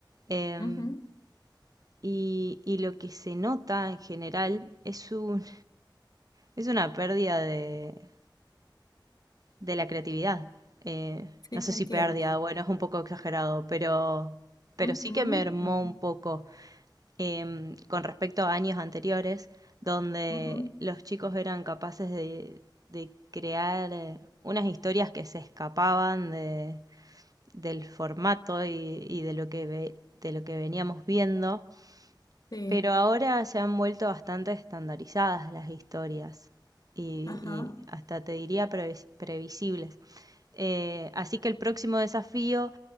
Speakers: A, on the right; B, on the left.
A: em,
B: ujú.
A: y, y lo que se nota en general es un, es una pérdida de, de la creatividad. Eh,
B: Sí,
A: no sé
B: te
A: si
B: entiendo.
A: pérdida, bueno, es un poco exagerado, pero, pero
B: Ujú,
A: sí que mermó
B: ujú,
A: un poco em, con respecto a años anteriores, donde
B: ujú.
A: los chicos eran capaces de, de crear eh, unas historias que se escapaban de, del formato y, y de lo que ve- de lo que veníamos viendo
B: Sí,
A: pero ahora se han vuelto bastante estandarizadas las historias y,
B: ajá.
A: y hasta te diría previs- previsibles. Eh, así que el próximo desafío